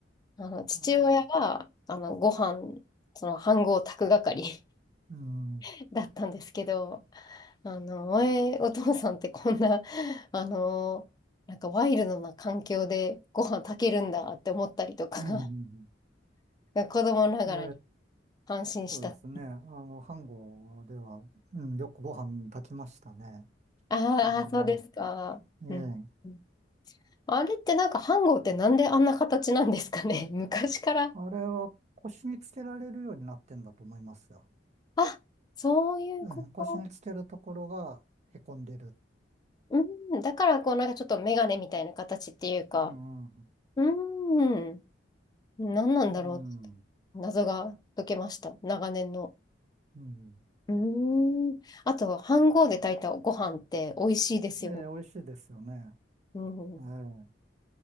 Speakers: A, on the left; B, on the right.
A: あの、父親が、
B: あれ、
A: あの、ご飯、その、飯盒炊く係
B: うん。う
A: <laughs> だったんですけど、あの、前、お父さんってこんな、あの、なんかワイルドな環境でご飯炊けるんだって思ったりとか、
B: ん。
A: <laughs> 子供ながらに
B: ええ、
A: 感心した。
B: そうですね。あの、飯盒では、うん、よくご飯炊きましたね。
A: あーあー、
B: あれね。
A: そうですか。
B: ええ。
A: うんうんあれってなんか飯盒ってなんであんな形なんですかね <laughs> 昔から。
B: あれは腰につけられるようになってんだと思いますよ。
A: あ、そういうこと。
B: うん、腰につけるところがへこんでる。
A: うん、だからこうなんかちょっとメガネみたいな形っていうか、
B: うん。うん。
A: うーん。何なんだろう。
B: うん。
A: 謎が解けました。長年の。
B: うん
A: うーん。あと、飯盒で炊いたご飯って美味しいですよね。
B: ええ、美味しいですよね。
A: うん。
B: ええ。